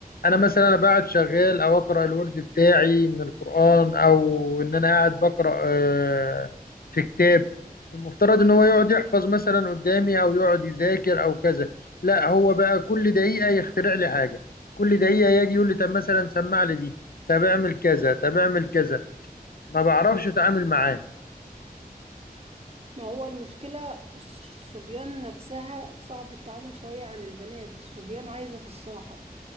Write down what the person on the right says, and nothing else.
ما هو المشكلة الص- الصبيان نفسها صعب التعامل شوية عن البنات الصبيان عايزة تتصاحب